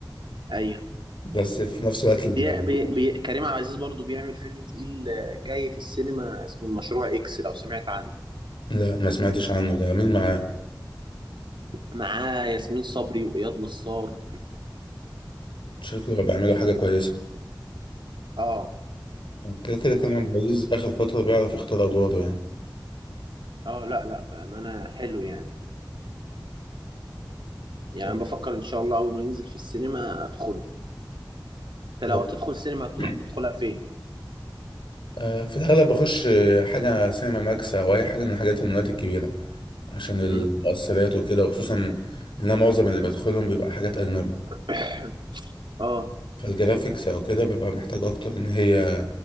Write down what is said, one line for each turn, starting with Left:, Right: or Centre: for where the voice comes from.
Right: ايوه
Left: بس في نفس الوقت
Right: بي...
Left: لما
Right: بي... بي... كريم عبد العزيز برضو بيعمل فيلم تقيل آه، جاي في السينما اسمه المشروع اكس لو سمعت عنه
Left: لا ما سمعتش عنه ده مين معاه
Right: معاه ياسمين صبري واياد نصار
Left: شكله بيعملوا حاجه كويسه
Right: اه
Left: كده كده كان عبد العزيز اخر فتره بيعرف يختار ادواره يعني
Right: اه لا لا بامانه حلو يعني يعني
Left: بس
Right: أنا بفكر ان شاء الله اول ما ينزل في السينما ادخله انت
Left: هو
Right: لو هتدخل سينما تروح
Left: <clears throat>
Right: تدخلها فين
Left: آه، في الاغلب بخش آه، حاجه سينما ماكس او اي حاجه من حاجات المولات الكبيره عشان المؤثرات
Right: امم
Left: وكده وخصوصا ان أنا معظم اللي بدخلهم بيبقى حاجات اجنبي
Right: <coughs> <clears throat> اه
Left: فالجرافيكس او كده ببقى محتاج اكتر ان هي